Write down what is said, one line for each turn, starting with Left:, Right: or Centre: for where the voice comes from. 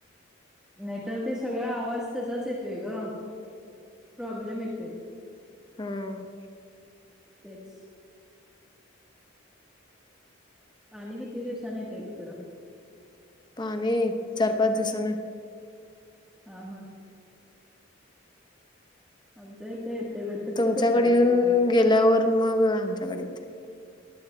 Centre: नाही तर ते सगळा आवाज त्याचाच येतोय ग प्रॉब्लेम येतोय
Left: हम्म
Centre: तेच पाणी किती दिवसानीं येतय तिकडं
Left: पाणी चार-पाच दिवसानं
Centre: हा हा आमच्या इथं येतय बाई तसंच
Left: तुमच्याकडे
Centre: येतय इथं
Left: येऊन
Centre: पाणी
Left: गेल्यावर मग आमच्याकडे येतंय